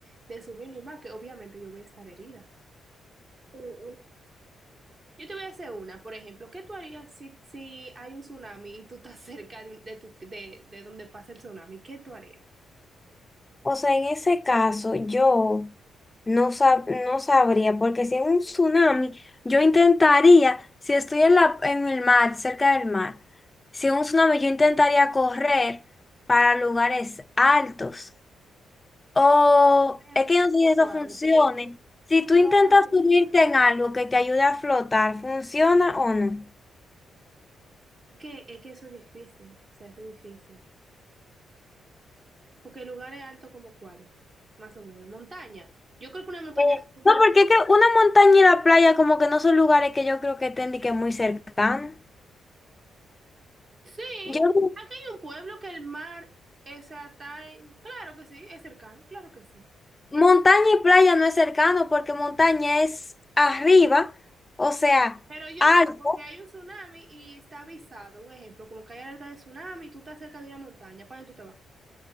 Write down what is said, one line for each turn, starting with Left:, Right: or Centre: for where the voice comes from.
Right: de subirlo y más, que obviamente yo voy a estar herida. Mm, Yo te voy a hacer una, por ejemplo, ¿qué tú harías si, si hay un tsunami y tú estás <laughs> cerca de, un- de, tu, de, de donde pasa el tsunami? ¿Qué tú harías?
Left: O sea, en ese caso, yo no sab- no sabría, porque si en un tsunami, yo intentaría, si estoy en la, en el mar, cerca del mar, si en un tsunami, yo intentaría correr para lugares altos. O
Right: Variantes
Left: es que no sé
Right: como
Left: si eso
Right: cuáles,
Left: funcione.
Right: porque es que
Left: Si tú
Right: variantes
Left: intentas subirte
Right: como-
Left: en algo que te ayude a flotar, ¿funciona o no?
Right: Es que, es que eso es difícil, o sea, eso es difícil. Porque lugares altos como cuáles, más o menos. Montaña. Yo creo que una montaña
Left: Eh,
Right: sí funciona.
Left: No, porque es que una montaña y la playa como que no son lugares que yo creo que estén de que muy cercanos.
Right: Sí,
Left: Yo,
Right: aquí hay un pueblo que el mar, o sea, está en... Claro que sí, es cercano, claro que sí.
Left: montaña y playa no es cercano porque montaña es arriba, o sea,
Right: Pero yo
Left: alto.
Right: digo que hay un tsunami y está avisado, un ejemplo, como que hay alerta de tsunami y tú estás cerca de una montaña, ¿para dónde tú te vas?